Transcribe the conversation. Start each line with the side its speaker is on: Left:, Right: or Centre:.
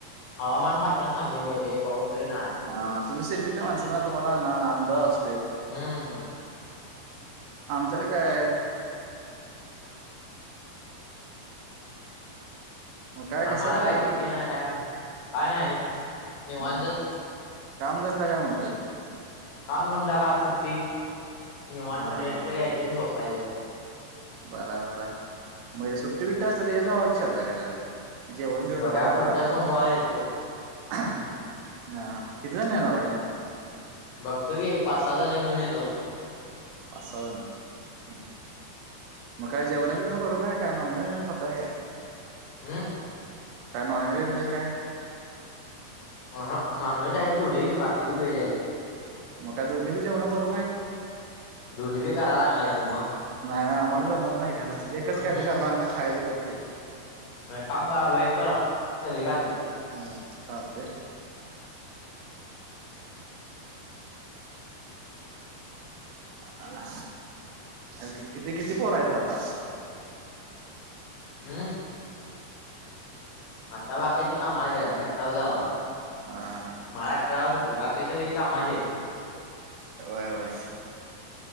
Left: हवामान खात्यानं... सांगितलय रे... पाऊस लय नाय
Right: हा... तुम्ही सिटीतले माणसं ना... तुम्हाला ना अंंदाज अस
Left: हम्म ह
Right: आमच्याकडे काय मग कसं
Left: आम्हाला काय
Right: चालू
Left: शेती नाय.... काय नाय... काय नाई निवांतच
Right: मग कामधंदा काय म्हणतोय?
Left: काम धंदा काय... आज सुट्टी... निवांत
Right: हा
Left: रेस्ट
Right: हा
Left: घ्यायची अनं झोपायचं
Right: बरा बर ए... मग सुट्टी बिट्टी असली की येत जावा की शेताकडं जेवण बिवण
Left: बघा
Right: करुया
Left: पुढच्या
Right: जरा
Left: सोमवारी येतो
Right: हा... किती जण येणार ए काय?
Left: बघतोय की एक पाच सहा जण घेऊन येतो.
Right: पाच सहा जण मग काय जेवणं बेवनं करू काय? काय नॉनव्हेज वैगेरे खाताय काय?
Left: हम
Right: काय नॉनव्हेज वैगेरे काय?
Left: अहं.. नॉन व्हेज आहे थोडी... बाकीची व्हेज आहेत.
Right: मग काय दोन्ही बी जेवणं करू काय?
Left: दोन्ही बी करायला लागणार कि मग
Right: नाय नाय आम्हाला जमत नाय खरं... एकच
Left: हम्म
Right: काय ते करणार खायचं गपचिप
Left: मग एक काम करा... व्हेज करा... सगळी खात्यात
Right: हा... चालतय हा... आणखी किती किती पोरं हायसा आता?
Left: हु आता बाकीची कामाला गेल्यात... मी एकटाच घरात ए
Right: हा
Left: मलाच तेव्हा सुट्टी... बाकी सगळी कामाची हायेत.
Right: व्हय व्हय.